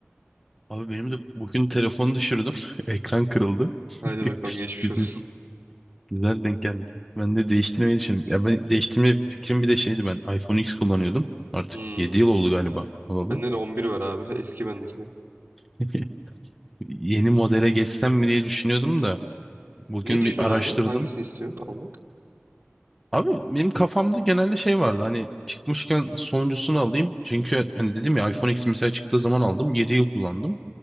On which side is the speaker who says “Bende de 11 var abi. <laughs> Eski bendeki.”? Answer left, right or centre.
Right